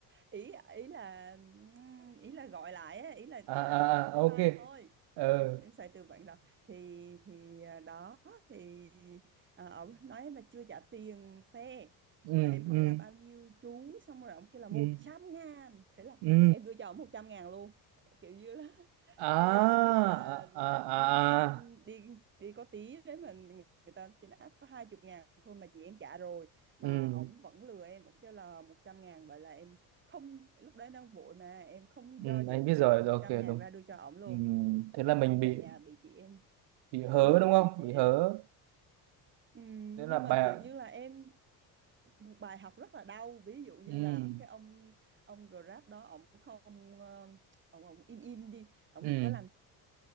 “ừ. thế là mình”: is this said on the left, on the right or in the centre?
Right